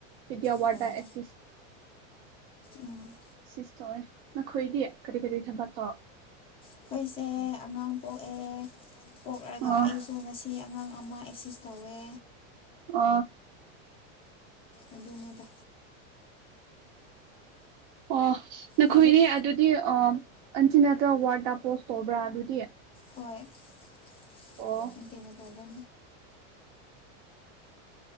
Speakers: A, on the right (about 50°); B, on the left (about 15°).
A: ꯄꯤꯗꯤꯌꯥ ꯋꯥꯔꯗꯥ
B: ꯑꯣ
A: ꯑꯦꯛꯁꯤꯁ
B: ꯎꯝ
A: ꯁꯤꯁꯇꯣꯦ ꯅꯈꯣꯏꯗꯤ ꯀꯔꯤ ꯀꯔꯤ ꯊꯕ ꯇꯣ
B: ꯑꯩꯈꯣꯏꯁꯦ ꯑꯉꯥꯡ ꯄꯣꯛꯑꯦ ꯄꯣꯛꯂꯒ
A: ꯑꯥ
B: ꯑꯩꯁꯨ ꯉꯁꯤ ꯑꯉꯥꯡ ꯑꯃ ꯑꯦꯁꯤꯁ ꯇꯧꯋꯦ
A: ꯑ
B: ꯑꯗꯨꯅꯗꯥ
A: ꯑꯣ ꯅꯈꯣꯏꯅꯦ
B: ꯂꯥꯏꯔꯤꯛ
A: ꯑꯗꯨꯗꯤ ꯑꯟꯇꯤꯅꯠꯇ ꯋꯥꯔꯗꯠꯇ ꯄꯣꯁ ꯇꯧꯕ꯭ꯔꯥ ꯑꯗꯨꯗꯤ
B: ꯍꯣꯏꯇꯩꯅꯣ
A: ꯑꯣ
B: ꯇꯗ